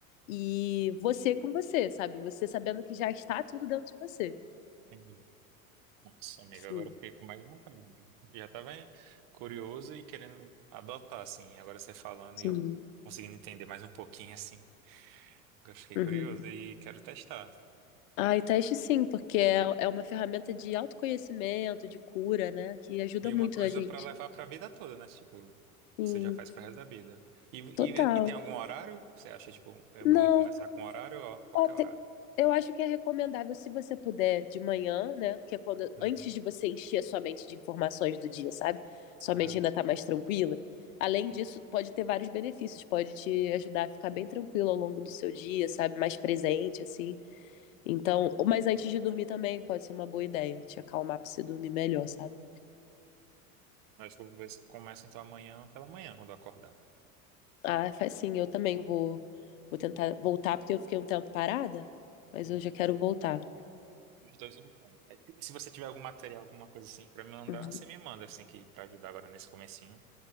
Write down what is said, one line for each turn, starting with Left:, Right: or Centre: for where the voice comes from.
Left: E você com você, sabe? Você sabendo que já está tudo dentro de você.
Right: Entendi. Nossa, amigo,
Left: Sim.
Right: agora eu fiquei com mais vontade. né? Já tava curioso e querendo adotar, assim. Agora você falando
Left: Sim.
Right: e eu conseguindo entender mais um pouquinho, assim. Eu fiquei
Left: Uhum.
Right: curioso e quero testar.
Left: Ah, e teste sim, porque é, é uma ferramenta de autoconhecimento, de cura, né? Que ajuda
Right: E uma
Left: muito
Right: coisa
Left: a gente.
Right: pra levar pra vida toda, né? Tipo,
Left: Sim,
Right: você já faz pro resto da vida. E,
Left: total.
Right: e, e tem algum horário? Você acha, tipo, é
Left: Não,
Right: bom começar com horário ou qualquer
Left: ó, te-
Right: horário?
Left: eu acho que é recomendável se você puder de manhã, né? Que é quando,
Right: Uhum.
Left: antes de você encher a sua mente de informações do dia, sabe? Sua
Right: Ah,
Left: mente ainda tá mais tranquila. Além
Right: ok.
Left: disso, pode ter vários benefícios, pode te ajudar a ficar bem tranquilo ao longo do seu dia, sabe? Mais presente, assim. Então, mas antes de dormir também pode ser uma boa ideia, te acalmar pra você dormir melhor, sabe?
Right: Eu Acho que eu vou ver se começa então amanhã pela manhã, quando eu acordar.
Left: Ah, faz sim, eu também vou, vou tentar voltar, porque eu fiquei um tempo parada, mas
Right: Hum,
Left: eu já quero voltar.
Right: Os dois lutando. Aí, Se você tiver algum material, alguma coisa assim pra me mandar,
Left: Uhum.
Right: você me manda assim que para ajudar agora nesse comecinho.